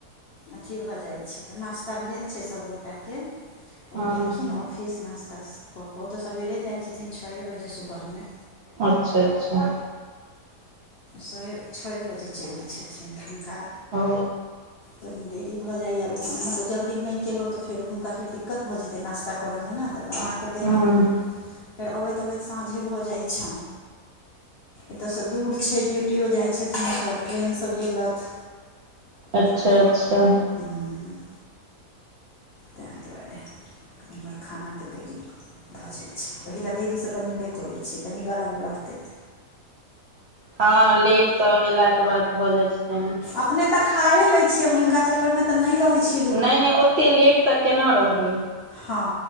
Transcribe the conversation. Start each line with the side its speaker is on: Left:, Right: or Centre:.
Left: अथी भऽ जाइ छै। तऽ नास्ता भेल छै सबगोटाक के। ओ
Right: हँ
Left: गेलखिन
Right: हँ
Left: ऑफिस। फीस नास्ता स कऽ कऽ। उ तऽ सबेरे जाइ छथिन छए बजे सुबह मे।
Right: अच्छा अच्छा
Left: सोए छओए बजे चईल जाइ छथिन तऽ हुनका।
Right: ओ
Left: कनि देरी भऽ जाइए मतलब जल्दी नै कयलौ तऽ फेर हुनका फेर दिक्कत भऽ जेतै नास्ता करऽमे ने। तऽ बना कऽ देलौं।
Right: हँ
Left: फेर अबैत अबैत साँझे भऽ जाइ छन। एतऽसँ दूर छै। ड्यूटियओ जाइ छथिन तऽ ट्रेनसँ गेलथ।
Right: अच्छा
Left: तहन फेर।
Right: अच्छा
Left: हूँ। तें दुआरे। इम्हर खानाके देरी भऽ जाइ छै। ओहि ला देरीसँ बनेबे करै छै। कनि गरम रहतै।
Right: हँ लेट स एला के बाद, भऽ जाइ छै कनी
Left: अपने तऽ खाए लै छीयै। हुनका चक्कर मे त नै रहै छीए।
Right: नै नै ओते लेट तऽ केना रहबै।
Left: हँ